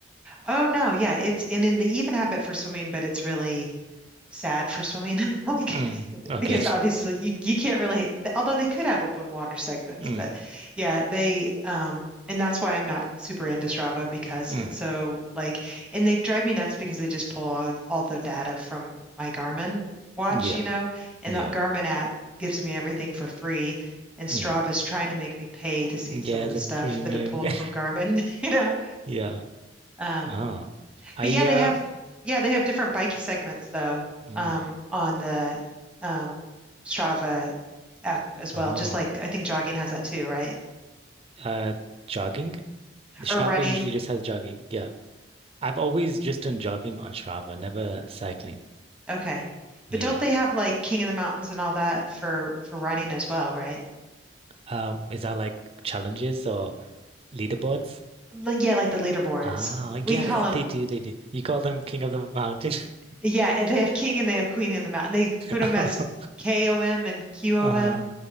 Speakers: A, in the centre; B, on the right.
A: oh no, yeah, it's and then they even have it for swimming, but it's really sad for swimming <laughs> like
B: Mm, okay.
A: because obviously you you can't really although they could have open water segments
B: Mm,
A: but yeah they um and that's why I'm not super into Strava because
B: mm.
A: it's so like and they drive me nuts because they just pull all, all the data from my Garmin watch
B: Yeah,
A: you know and
B: yeah.
A: that Garmin app gives me everything for free and Strava's
B: Mm.
A: trying to make me pay to see
B: Yeah,
A: some of the
B: the
A: stuff
B: premium.
A: that it pulled
B: <laughs>
A: from Garmin <laughs> you know
B: Yeah.
A: um
B: Oh, I
A: but yeah,
B: um.
A: they have yeah, they have different bike segments though,
B: Mm.
A: um, on the um Strava app as
B: Oh,
A: well. Just like I think jogging has that too, right?
B: uh, jogging. The
A: Or
B: Strava
A: running.
B: usually just has jogging. Yeah. I've always just done jogging on Strava, never cycling.
A: Okay. But
B: Yeah.
A: don't they have like King of the Mountains and all that for for running as well, right?
B: Um, is that like challenges or leaderboards?
A: Like, yeah, like the leaderboards.
B: Ah,
A: We
B: yeah,
A: call them
B: they do, they do. You call them King of the Mountain. <laughs>
A: yeah, and they have King and they have Queen in the Mountain. They put them
B: Uh,
A: as KOM and QOM.
B: uh,